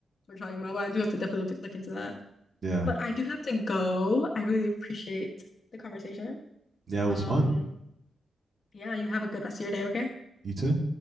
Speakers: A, on the left; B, on the right.
A: what you're talking about, but I do have to definitely look, look into that.
B: yeah,
A: But I do have to go. I really appreciate the conversation.
B: yeah, it
A: Um,
B: was fun.
A: yeah, you have a good rest of your day, okay?
B: You too.